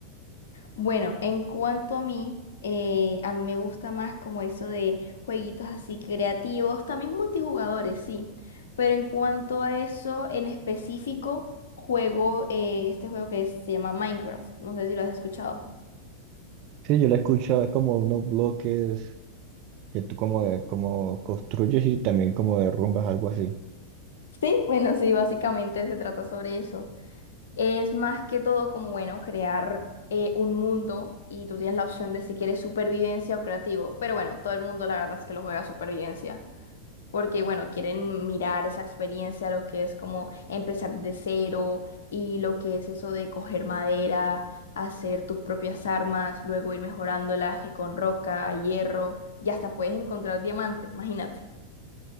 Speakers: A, on the left; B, on the right.
A: Bueno, en cuanto a mí, eh, a mí me gusta más como eso de jueguitos así creativos, también multijugadores, sí. Pero en cuanto a eso, en específico, juego eh, este juego que se llama Minecraft. No sé si lo has escuchado.
B: Sí, yo le escucho, es como unos bloques que tú como, de- como construyes y también como derrumbas, algo así.
A: Sí, <laughs> bueno, sí, básicamente se trata sobre eso. Es más que todo como, bueno, crear eh, un mundo y tú tienes la opción de si quieres supervivencia o creativo. Pero bueno, todo el mundo la verdad es que lo juega a supervivencia. porque bueno, quieren mirar esa experiencia, lo que es como empezar de cero y lo que es eso de coger madera, hacer tus propias armas, luego ir mejorándolas que con roca, hierro, y hasta puedes encontrar diamantes, imagínate.